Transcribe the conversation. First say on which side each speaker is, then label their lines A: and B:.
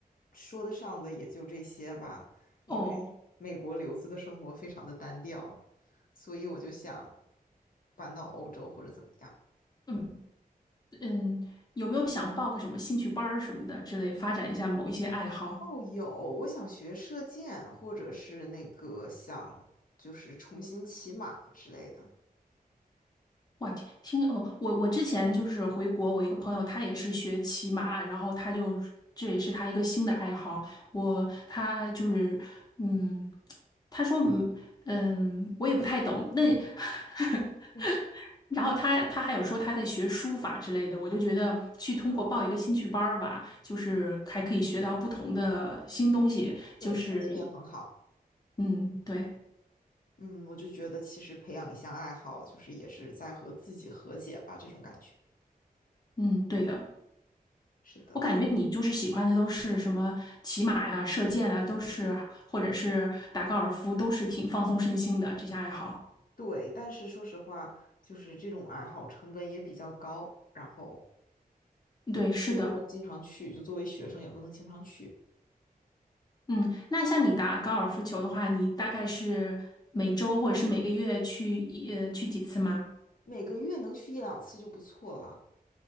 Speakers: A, on the left; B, on the left.
A: 说得上的也就这些吧，因为美国留子的生活非常的单调，
B: 哦，
A: 所以我就想搬到欧洲或者怎么样。
B: 嗯嗯，有没有想报个什么兴趣班儿什么的之类，发展一下某一些爱好？
A: 哦，有，我想学射箭，或者是那个想就是重新骑马之类的。
B: 哇，听听哦，我我之前就是回国，我一个朋友他也是学骑马，然后他就这也是他一个新的爱好。我他就是嗯，他说嗯嗯，我也不太懂，那也 <laughs>
A: 但是，
B: 然后他他还有说他在学书法之类的，我就觉得去通过报一个兴趣班儿吧，
A: 哦，对，
B: 就是还可以学到不同的新东西，
A: 对，
B: 就是
A: 心情也很好。
B: 嗯，对，
A: 嗯，我就觉得其实培养一项爱好，就是也是在和自己和解吧，这种感觉。
B: 嗯，对的。
A: 是的，
B: 我感觉你就是喜欢的都是什么骑马呀、射箭啊，都是或者是打高尔夫，都是挺放松身心的这些爱好。
A: 对。但是说实话，就是这种爱好成本也比较高，然后
B: 对，是的，
A: 也不能经常去，就作为学生也不能经常去，
B: 嗯，那像你打高尔夫球的话，你大概是每周或者是每个月去一呃去几次吗？
A: 每个月能去一两次就不错了。